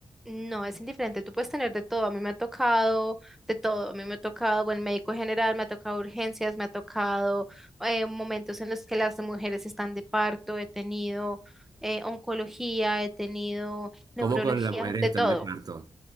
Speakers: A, in the centre; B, on the right.
A: No, es indiferente, tú puedes tener de todo, a mí me ha tocado de todo, a mí me ha tocado buen médico general, me ha tocado urgencias, me ha tocado eh, momentos en los que las mujeres están de parto, he tenido eh, oncología, he tenido neurología,
B: ¿Cómo con las mujeres
A: de
B: que están
A: todo.
B: de parto?